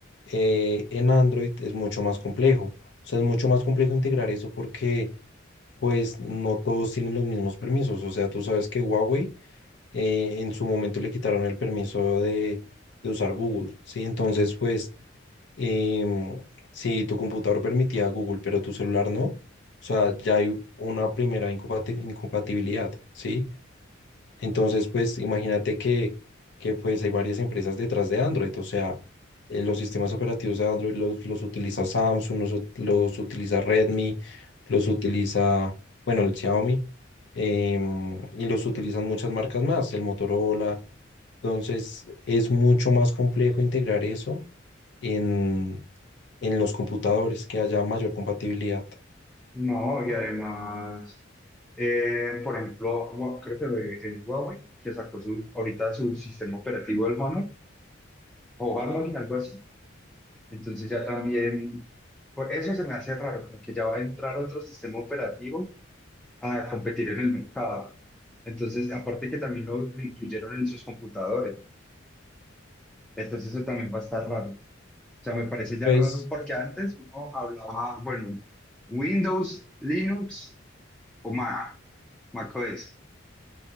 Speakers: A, on the left; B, in the centre.
A: eh, en Android es mucho más complejo. O sea, es mucho más complejo integrar eso porque pues no todos tienen los mismos permisos. O sea, tú sabes que Huawei eh, en su momento le quitaron el permiso de, de usar Google, ¿sí? Entonces, pues, em, si tu computador permitía Google, pero tu celular no, o sea, ya hay una primera incompati- incompatibilidad, ¿sí? Entonces, pues imagínate que, que pues hay varias empresas detrás de Android, o sea, eh, los sistemas operativos de Android los, los utiliza Samsung, los, ut- los utiliza Redmi, los utiliza, bueno, el Xiaomi, em, y los utilizan muchas marcas más, el Motorola. Entonces, es mucho más complejo integrar eso en, en los computadores, que haya mayor compatibilidad.
B: No, y además, eh, por ejemplo, Hua- creo que es Huawei que sacó su, ahorita su sistema operativo, el Honor o Harmony, algo así. Entonces ya también, por eso se me hace raro, porque ya va a entrar otro sistema operativo a competir en el mercado. Entonces, aparte que también lo, lo incluyeron en sus computadores, ¿no? Entonces eso también va a estar raro. O sea, me parece ya
A: Pues
B: raro porque antes uno hablaba, bueno, Windows, Linux o Mac, Mac OS.